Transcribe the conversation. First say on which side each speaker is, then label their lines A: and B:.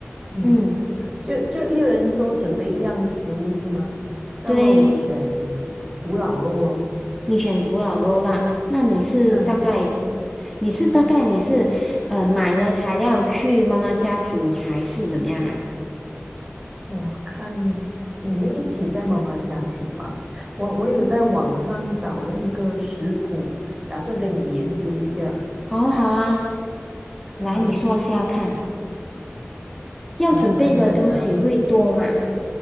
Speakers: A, on the right; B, in the centre.
A: 嗯。
B: 嗯，
A: 就就一人都准备一样食物是吗？那么我选
B: 对，
A: 古老肉咯。
B: 你选古老肉啦，那你是大概
A: 那
B: 你是大概你是呃买了材料去妈妈家煮还是怎么样啊？
A: 我看我们一起在妈妈家煮吧。我我有在网上找了一个食谱，打算跟你研究一下。
B: 好啊好啊，来你说下看，
A: 嗯
B: 要准备的东西会多吗？
A: 啊，我看看啊，